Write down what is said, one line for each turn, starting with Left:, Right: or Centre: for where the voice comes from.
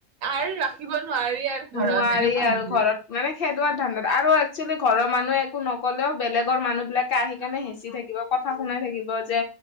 Right: আৰ ৰাখিব নোৱাৰি আৰু
Left: নোৱাৰি
Right: ঘৰত এনেকুৱা
Left: আৰু
Right: ভবিল।
Left: ঘৰত মানে খেদুৱোৱাৰ ধান্দাত, আৰু এক্চুৱেলি ঘৰৰ মানুহে একো নকলেও বেলেগ আগৰ মানুহ বিলাকে আহিকেনে হেঁচি থাকিব কথা শুনাই থাকিব যে,